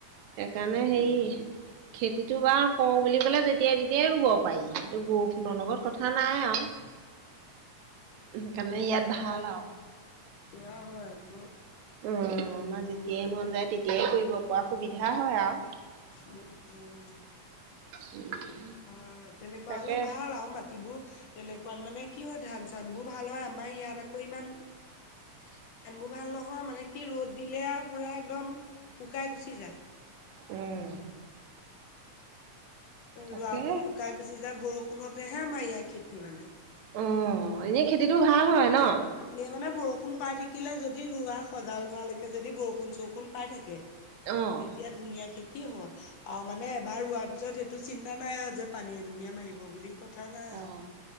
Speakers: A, on the right; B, on the left.
A: সেইকাৰণে
B: অ
A: সেই খেতিত <unintelligible> টো বাৰ কওঁ বুলি ক'লে যেতিয়াই তেতিয়াই ৰুব পাৰি এই বু খুনৰ লগত কথা নাই আৰু সেইকাৰণে ইয়াত ভাল
B: হয়
A: আৰু
B: এয়া হয় আক
A: অ আমাৰ যেতিয়াই মন যায় তেতিয়াই কৰিব পৰা সুবিধা হয় আৰু
B: উম উম
A: <inaudible>
B: হয় তেনেকুৱা
A: তাকে
B: হলে ভাল আৰু মাটিবোৰ তেনেকা <unintelligible> অকমান মানে কি হয় ধান চান বোৰ ভাল হয় আমাৰ ইয়াত আকৌ ইমান <unintelligible> কামবোৰ ভাল নহয় মানে কি ৰ'দ দিলে আৰু পুৰা একদম শুকাই গুচি যায়
A: উম তাকে
B: ৰোৱাবোৰ শুকাই গুচি যায় বৰষুণতেহে আমাৰ ইয়াৰ খেতি মানে <unintelligible>
A: অ এনেই খেতিটো ভাল হয়। ন
B: এনে মানে বৰষুণ বৰষুণ পাই থাকিলে যদি ৰোৱা সজাল হোৱালৈকে যদি বৰষুণ চৰষুণ পাই থাকে। <unintelligible>
A: অ'
B: তেতিয়া ধুনীয়া খেতি হয় আৰু মানে এবাৰ ৰোৱাৰ পিছত <unintelligible> এইটো চিন্তা নাই যে পানী এ দুনীয়া মাৰিব বুলি কথা নাই
A: অ
B: আৰু